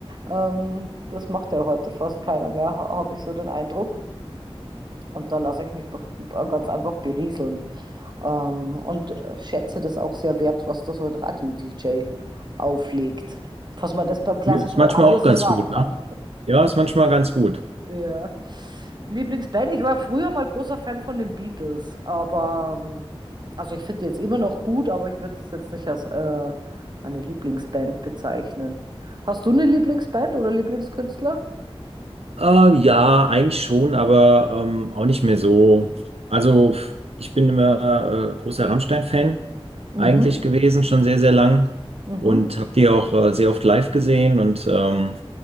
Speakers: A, on the right; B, on the right.
A: Ähm, das macht ja heute fast keiner mehr, ha- habe ich so den Eindruck. Und da lasse ich mich be- be- ganz einfach berieseln. Ähm, und äh, schätze das auch sehr wert, was da so ein Radio-DJ auflegt. Was man das beim klassischen
B: Ja, ist manchmal
A: Radio
B: auch
A: so
B: ganz
A: sagen
B: gut,
A: kann.
B: ne? Ja, ist manchmal ganz gut.
A: Ja. Lieblingsband, ich war früher mal großer Fan von den Beatles, aber ähm, also ich finde die jetzt immer noch gut, aber ich würde das jetzt nicht als äh, meine Lieblingsband bezeichnen. Hast du eine Lieblingsband oder Lieblingskünstler?
B: Äh, ja, eigentlich schon, aber ähm, auch nicht mehr so. Also, ich bin immer äh, großer Rammstein-Fan
A: Mhm,
B: eigentlich gewesen, schon sehr, sehr lang.
A: mhm.
B: Und habe die auch äh, sehr oft live gesehen und ähm,